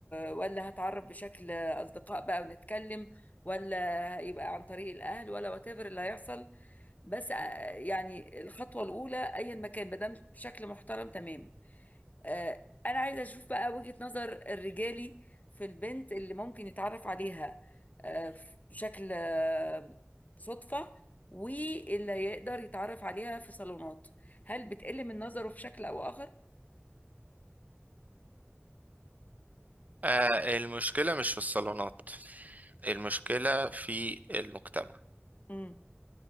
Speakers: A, on the left; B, on the right.
A: ولا هتعرف بشكل اصدقاء بقى ونتكلم ولا يبقى عن طريق الاهل ولا وات ايفر اللي هيحصل بس آه، يعني الخطوه الاولى ايا ما كان ما دام بشكل محترم تمام آه، انا عايزه اشوف بقى وجهة نظر الرجالي في البنت اللي ممكن يتعرف عليها آه، ف- بشكل آه، صدفة واللي يقدر يتعرف عليها في صالونات هل بتقل من نظره في شكل او اخر
B: آه المشكلة مش في الصالونات المشكلة في المجتمع
A: امم